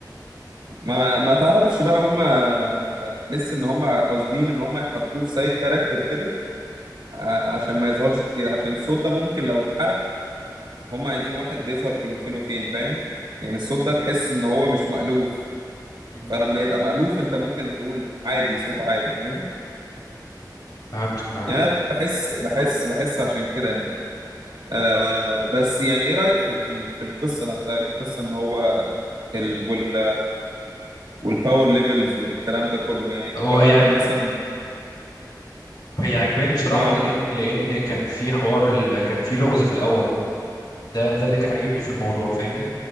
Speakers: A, on the right; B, on the left.
A: ما ما تعرفش بقى هم تحس ان هم قاصدين ان هم يحطوه في سايد كاركتر كده ع- عشان ما يظهرش كتير عشان الصوت ده ممكن لو اتحرق هم عايزين واحد بيظهر كل فين وفين فاهم يعني الصوت ده تحس ان هو مش مألوف
B: مم.
A: فلما يبقى مألوف انت ممكن تقول عادي صوت عادي فاهم
B: فهمتك فهمت
A: يعني أنا بحس بحس بحس عشان كده يعني آه بس يعني ايه رأيك في ال- في ال- في القصة نفسها القصة ان هو ال وال والباور ليفلز والكلام ده كله يعني مقارنة
B: هو هي
A: مثلا
B: هي عجباني بصراحة
A: اه
B: لأن لأن كان في حوار ال... كان في لغز في الأول ده ده اللي كان عاجبني في الموضوع فاهمني